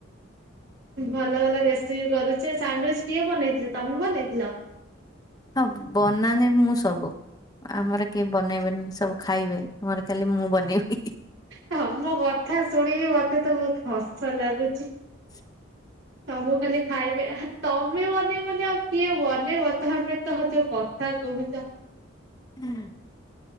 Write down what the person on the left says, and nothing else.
ହଁ ବନାନି ମୁଁ ସବୁ। ଆମର କେହି ବନେଇବେନି ସବୁ ଖାଇବେ ଆମର କାଲି ମୁଁ ବନେଇବି।
<inaudible>
ହୁଁ।